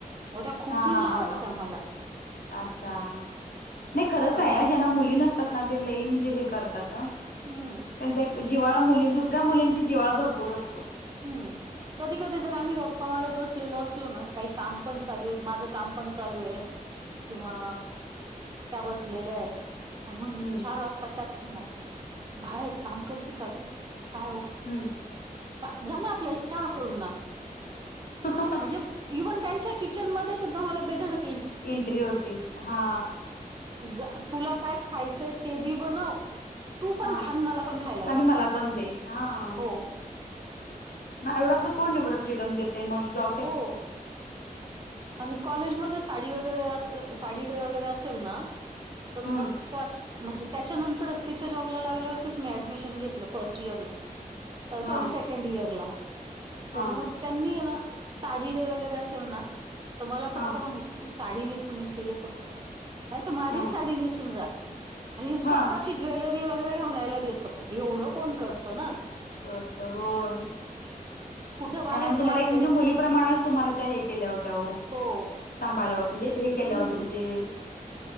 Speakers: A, on the right; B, on the left.
A: मग त्या खूप
B: हा
A: जीव
B: हा हा
A: लावायच्या
B: हा.
A: मला.
B: अच्छा, नाही खरंच
A: मग
B: आहे,
A: त्या
B: ज्यांना मुली नसतात ना ते लई म्हणजे लैय करतात हं.
A: हं,
B: त्यांचा एक जिवाळा मुली, दुसऱ्या मुलींशी जिवाळा भरपूर असतो.
A: हम्म, कधी- कधी जर आम्ही गप्पा मारत बसलेलो असलो ना, काही काम पण चालू आहे, माझं काम पण चालू आहे.
B: <inaudible>
A: किंवा त्या बसलेल्या आहेत मग म्हणुन
B: हम्म
A: चार वाजताच. हो ना, बाळा एक काम करती का गं, काय ओ?
B: हम्म,
A: जा, जाना आपल्याला चहा करून आन.
B: हा, हा, हा,
A: म्हणजे इव्हनं त्यांच्या किचन मध्ये सुद्धा मला बे धडक
B: एंट्री होती, हा.
A: कि जा तुला काय खायचंय ते बी बनव तू पण
B: हा.
A: खा अन् मला पण खायला
B: आणि
A: घाल,
B: मला पण दे हा.
A: हो
B: ना एवढासा अस कोण एवढ फ्रीडम देतय मग ज
A: हो, आणि कॉलेजमध्ये साडी वगैरे असे साडी डे वगैरे असेल ना तर
B: हम्म
A: मग त्या म्हणजे त्याच्यानंतरच तिथे जॉबला लागल्या वरतीच मी ऍडमिशन घेतल फर्स्ट इयरला. अं सॉरी
B: हा
A: सेकंड इयर ला,
B: हा
A: तर मग त्यांनी ये ना साडी डे वगैरे असेल ना, तर मला फक्त
B: हा
A: म्हणायचे तू साडी नेसून इथे ये फक्त. नाही तू माझीच
B: हा.
A: साडी नेसून जा, आणि
B: हा.
A: स्वतःची ज्वेलरी वगैरे घालायला देत होत हे एवढं कोण करत ना.
B: करतं, होय.
A: कुठं बाहेर
B: त्यांनी तुम्हाला
A: जायचंय
B: एक म्हणजे मुलीप्रमाणेच तुम्हाला त्या हे केल्या होत्या ओ
A: हो.
B: सांभाळल्यावर म्हणजे हे केलं
A: हं,
B: होतं म्हणजे